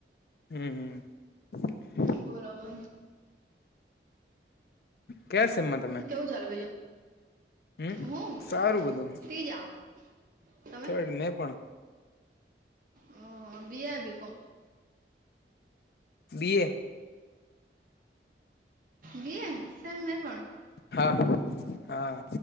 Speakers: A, on the left; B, on the right.
A: હમ હ
B: બોલો બો
A: કયા સેમમાં તમે?
B: કેવું ચાલે બીજું
A: હમ
B: હું
A: સારું બધું
B: ત્રીજા તમે
A: થર્ડ મેં પણ.
B: હા બી આ B com
A: BA
B: BA sem મેં પણ
A: હા હા